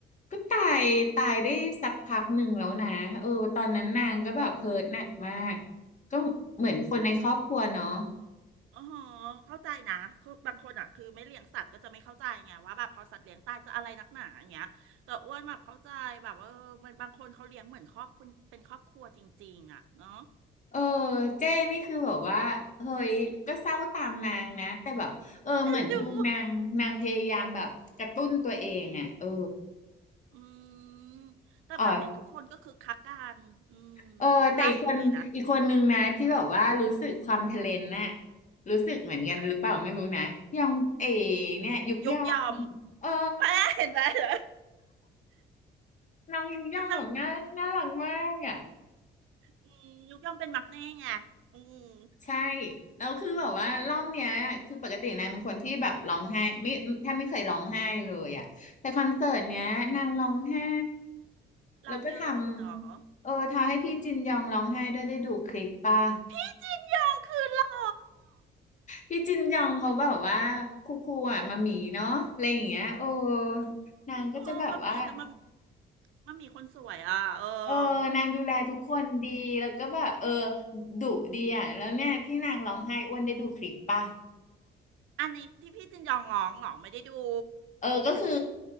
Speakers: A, on the left (about 40°); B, on the right (about 85°).
A: ก็ตายตายได้สักพักหนึ่งแล้วนะเออตอนนั้นนางก็แบบเฮิร์ตหนักมากก็เหมือนคนในครอบครัวเนาะ
B: อ๋อเข้าใจนะคือบางคนอ่ะคือไม่เลี้ยงสัตว์ก็จะไม่เข้าใจไงว่าแบบพอสัตว์เลี้ยงตายจะอะไรนักหนาอย่างเงี้ยแต่อ้วนแบบเข้าใจแบบว่าเออมันบางคนเขาเลี้ยงเหมือนครอบครัวเป็นครอบครัวจริงๆอ่ะเนาะ
A: เออเจ้นี่คือแบบว่าเฮ้ยก็เศร้าตามนางนะแต่แบบเออเหมือนดูนางนางพยายามแบบกระตุ้นตัวเองอ่ะเออ
B: เอ็นดู อืมแต่แบบเห็นทุกคนก็คือคักกันอืมรอบล่าสุดนี่นะ
A: อ๋อเออแต่อีกคนอีกคนนึงนะที่แบบว่ารู้สึกความทะเลนน่ะรู้สึกเหมือนกันหรือเปล่าไม่รู้นะยองเอ
B: ค่ะ
A: เนี่ยยุกยองเออ
B: ยุกยอมแม่เห็นไหมเหรอ
A: น้องยุกยองแบบน่าน่ารักมากอ่ะ
B: นั่งนั่งอืมยุกยอมเป็นมักแน่ไงอืม
A: ใช่แล้วคือแบบว่ารอบเนี้ยคือปกตินางเป็นคนที่แบบร้องไห้ไม่แทบไม่เคยร้องไห้เลยอ่ะแต่คอนเสิร์ตเนี้ยนางร้องไห้แล้วก็ท
B: ลองเยอะอยู่เนาะ
A: ำเออทำให้พี่จินยองร้องไห้ด้วยได้ดูคลิปป่ะ
B: อืมพี่จินยองคือหล่อ
A: พี่จินยองเขาแบบว่าคูคูอ่ะมามีเนาะอะไรอย่างเงี้ยโอ้นางก็จะแบบว่า
B: โอ้มันมีแต่มันมันมีคนสวยอ่ะเออ
A: เออนางดูแลทุกคนดีแล้วก็แบบเออดุดีอ่ะแล้วเนี่ยที่นางร้องไห้อ้วนได้ดูคลิปป่ะ
B: อันนี้ที่พี่จินยองร้องเหรอไม่ได้ดู
A: เออก็คือ